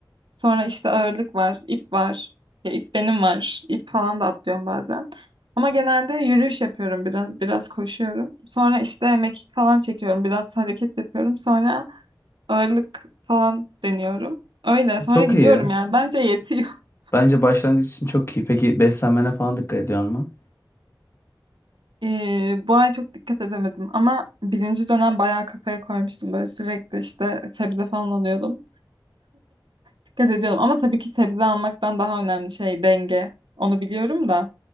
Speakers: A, on the right (about 85°); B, on the left (about 35°).
A: Sonra işte ağırlık var. ip var. Ya ip benim var. İp falan da atlıyorum bazen. Ama genelde yürüyüş yapıyorum biraz. Biraz koşuyorum. Sonra işte mekik falan çekiyorum. Biraz hareket yapıyorum. Sonra ağırlık falan deniyorum. Öyle sonra
B: Çok
A: gidiyorum
B: iyi.
A: yani. Bence yetiyor. <laughs>
B: Bence başlangıç için çok iyi. Peki beslenmene falan dikkat ediyorsun mu?
A: Ee, bu ay çok dikkat edemedim ama birinci dönem bayağı kafaya koymuştum. Böyle sürekli işte sebze falan alıyordum. Dikkat ediyordum ama tabii ki sebze almaktan daha önemli şey denge. Onu biliyorum da